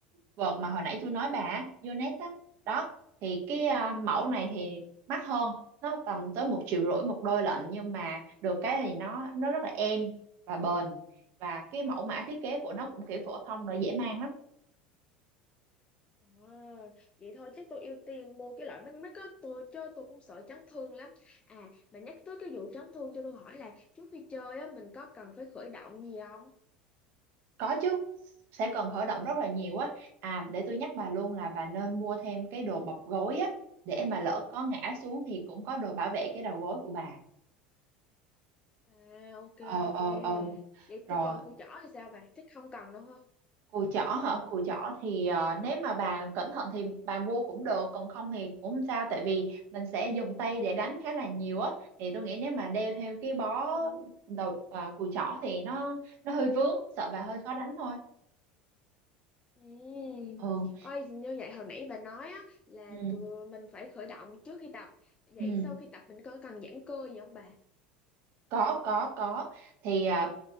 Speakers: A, on the right (about 55°); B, on the left (about 25°).
A: vợt mà hồi nãy tôi nói bà á, Yonex á đó thì
B: Ừ,
A: cái à,
B: ừ,
A: mẫu
B: ừ.
A: này thì mắc hơn nó tầm tới một triệu rưỡi một đôi lận nhưng mà được cái thì nó nó rất là êm và bền và cái mẫu mã thiết kế của nó cũng kiểu phổ thông rồi dễ mang lắm
B: À, vậy thôi chắc tôi ưu tiên mua cái loại mắt mắt á tôi chứ tôi cũng sợ chấn thương lắm à mà nhắc tới cái vụ chấn thương cho tôi hỏi là trước khi chơi á mình có cần phải khởi động gì không
A: có chứ sẽ cần khởi động rất là nhiều á à để tôi nhắc bà luôn là bà nên mua thêm cái đồ bọc gối á để mà lỡ có ngã xuống thì cũng có đồ bảo vệ cái đầu gối của bà
B: à ok
A: ờ
B: ok
A: ờ ờ
B: vậy
A: rồi
B: tôi còn cùi chỏ thì sao bà chắc không cần đâu ha
A: Cùi chỏ hả? Cùi chỏ thì ờ, nếu mà bà cẩn thận thì bà mua cũng được, còn không thì cũng không sao tại vì mình sẽ dùng tay để đánh khá là nhiều á. Thì tôi nghĩ nếu mà đeo theo cái bó
B: ừ
A: đầu uh, cùi chỏ thì nó nó hơi vướng, sợ bà hơi khó đánh thôi.
B: Ừm,
A: Ừ.
B: Ôi, như vậy hồi nãy bà nói á, là
A: Ừ.
B: tụi mình phải khởi động trước khi tập. Vậy
A: Ừ.
B: sau khi tập mình có cần giãn cơ gì không bà?
A: Có có có. Thì ờ,